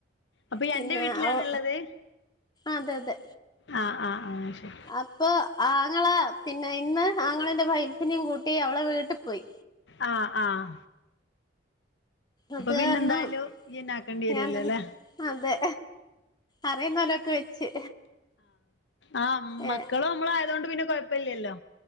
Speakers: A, on the left (about 75°); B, on the left (about 25°).
A: അപ്പൊ
B: പിന്നെ
A: എന്റെ വീട്ടിലാണ്ള്ളത്
B: അവു അതെ അതെ
A: ആഹ്
B: അപ്പൊ ആങ്ങള പിന്നെ ഇന്ന് ആങ്ങളെന്റെ വൈഫിനേം കൂട്ടി അവളെ വീട്ട് പോയി
A: ആഹ ആഹ
B: അത്
A: പിന്നെ
B: കാരണം
A: എന്തായാലും ഇയ്യെന്നെ ആക്കേണ്ടി വരൂല
B: ഞാൻ തന്നെ
A: ല്ലേ
B: അതെ അറിയുന്ന പോലൊക്കെ വെച്ച്
A: ആ
B: ഏ
A: മക്കളും നമ്മളായതൊണ്ട് പിന്നെ കൊഴപ്പല്ലല്ലോ